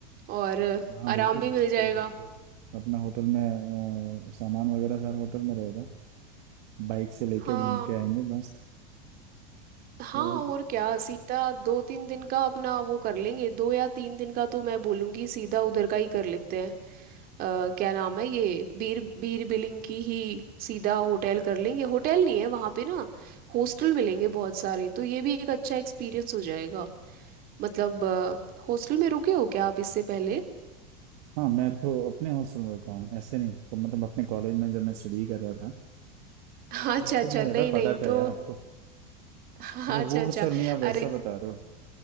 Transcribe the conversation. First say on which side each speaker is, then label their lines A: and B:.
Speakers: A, on the right; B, on the right.
A: और
B: हाँ
A: आराम
B: बिल्कुल
A: भी
B: बिल्कुल
A: मिल जाएगा
B: बिल्कुल अपना होटल में अ, सामान वगैरह सारा होटल में रहेगा बाइक से लेके
A: हाँ
B: घूम के आएंगे मस्त
A: हाँ
B: तो
A: और क्या सीधा दो तीन दिन का अपना वो कर लेंगे दो या तीन दिन का तो मैं बोलूँगी सीधा उधर का ही कर लेते हैं अ, क्या नाम है ये बीर बीर बिलिंग की ही सीधा होटल कर लेंगे होटल नहीं है वहाँ पे ना हॉस्टल मिलेंगे बहुत सारे तो ये भी एक अच्छा एक्सपीरियंस हो जाएगा मतलब हॉस्टल में रुके हो क्या आप इससे पहले
B: हाँ मैं तो अपने हॉस्टल में रुका हूँ ऐसे नहीं तो मतलब अपने कॉलेज में जब मैं स्टडी कर रहा था
A: <laughs> अच्छा
B: हॉस्टल
A: अच्छा
B: में रहता
A: नहीं
B: पता
A: नहीं
B: तो
A: तो
B: है यार आपको
A: <laughs>
B: अच्छा वो
A: अच्छा अच्छा
B: हॉस्टल नहीं आप वैसा
A: अरे
B: बता रहे हो